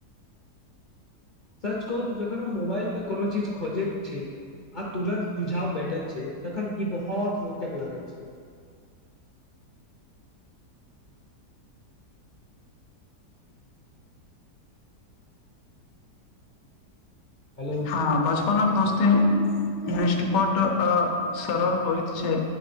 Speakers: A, on the left (about 50°); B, on the left (about 80°).
A: सर्च कहू तऽ जखन हम मोबाइल पर कोनो चीज खोजैत छी आ तुरन्त सुझाव बेठत छै तखन ई बहुत रोचक लागैत छै हेलो
B: हँ बचपना दोस्ते निष्पट आ सरल होइत छै